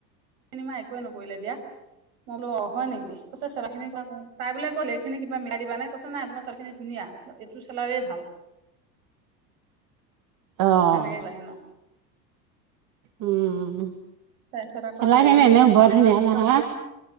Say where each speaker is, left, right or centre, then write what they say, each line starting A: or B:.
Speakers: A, on the right; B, on the right.
A: চিনেমা একোৱে নকৰিলে দিয়া। মই বোলো অ হয় নেকি? কইছে চেলাউৰি খিনি ক ক তাই বোলে ক'লে এইখিনি কিবা মিলাই দিবা। এনেকে কৈছ নাই, তোমাৰ চেলাউৰি খিনি ধুনীয়া এইটো চেলাউৰিয়ে ভাল।
B: আহ
A: তেনেকে ক'লে হেনো
B: উম চেলাউৰি
A: তাৰপিছত আকৌ হেৰি
B: খিনি এনেও
A: কি বুলি
B: বৰ ধুনীয়া,
A: কয়
B: নহয়।
A: কাপোৰ